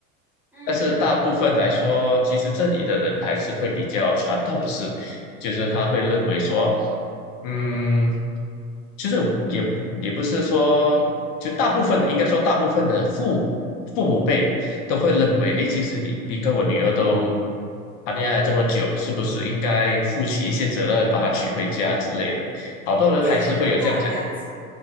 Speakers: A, in the centre; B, on the left (about 55°).
A: 嗯嗯
B: 但是大部分来说，其实这里的人还是会比较传统式，就是他会认为说，嗯，其实也不也不是说，就大部分应该说大部分的父母父母辈都会认为，
A: 嗯，
B: 诶，其实你你跟我女儿都谈恋爱这么久，是不是应该负起一些责任，把她娶回家之类的？好多人还是会有这样子
A: 呃，给一个承诺这样子。